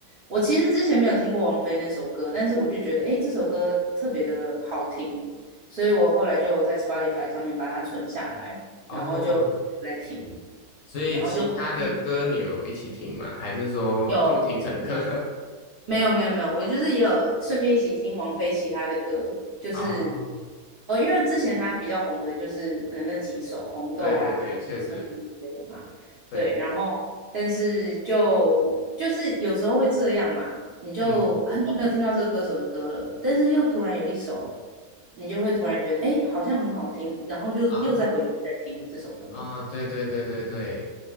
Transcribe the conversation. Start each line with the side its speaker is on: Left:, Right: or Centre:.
Right: 我其实之前没有听过王菲那首歌，但是我就觉得，哎，这首歌特别的好听，所以我后来就在 Spotify 上面把它存下来，
Left: 哦，
Right: 然后就一直在听，
Left: 所以其他的歌你有一起听吗？
Right: 然后就回去
Left: 还是说就听陈歌？
Right: 有没有没有没有，我就是也有顺便一起听王菲其他的歌，就是
Left: <laughs> 哦，
Right: 哦，因为之前她比较红的就是可能那几首《红豆》啊、
Left: 对对对，
Right: 《雪梦红》这些的嘛，
Left: 确实，对，
Right: 对，然后但是就就是有时候会这样嘛，你就很久没有听到这个歌手的歌了，
Left: 嗯
Right: 但是又突然有一首，你就会突然觉得哎，诶好像很好听，然后就又再回去再听这首歌，
Left: 啊啊，对对对对对，